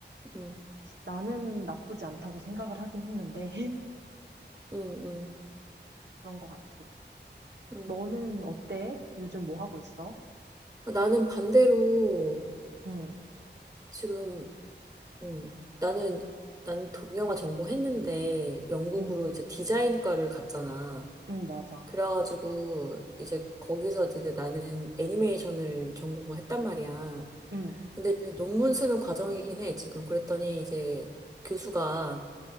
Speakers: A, on the right (about 20°); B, on the right (about 70°).
A: 음,
B: 나는 나쁘지 않다고 생각을 하긴 했는데
A: 음, 음,
B: <laughs> 그런 것 같아.
A: 음.
B: 너는 어때? 요즘 뭐 하고 있어?
A: 아, 나는 반대로
B: 응,
A: 지금, 음, 나는, 나는 동영화 전공했는데 영국으로
B: 응,
A: 이제 디자인과를 갔잖아.
B: 응, 맞아.
A: 그래가지고 이제 거기서 이제 나는 애니메이션을 전공을 했단 말이야.
B: 응,
A: 근데 이제 논문 쓰는 과정이긴 해, 지금. 그랬더니 이제 교수가